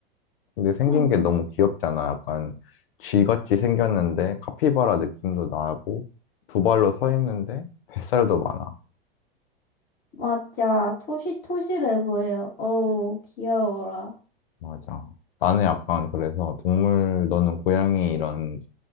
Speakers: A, on the left; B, on the left.
A: 근데 생긴
B: 응,
A: 게 너무 귀엽잖아. 약간 쥐같이 생겼는데 카피바라 느낌도 나고 두 발로 서 있는데 뱃살도 많아.
B: 맞아. 토실토실해 보여. 어우, 귀여워라.
A: 맞아. 나는 약간 그래서 동물, 너는 고양이 이런